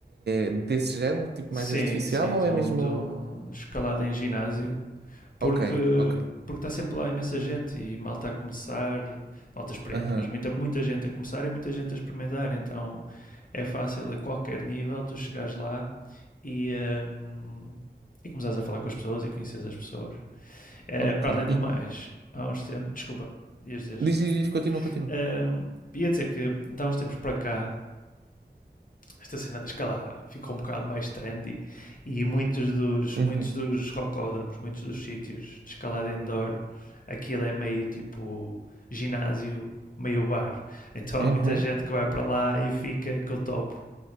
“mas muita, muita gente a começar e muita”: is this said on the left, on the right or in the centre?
Left